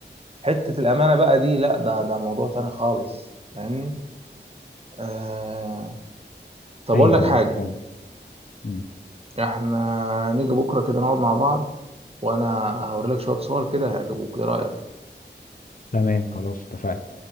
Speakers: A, on the right; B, on the left.
A: حتة الامانة بقى دي لا ده ده موضوع تاني خالص فاهمني آه طب اقول
B: أيوه
A: لك حاجه
B: فاهم مم.
A: احنا نيجي بكره كده نقعد مع بعض وانا هوري لك شويه صور كده هيعجبوك ايه رايك
B: تمام خلاص اتفقنا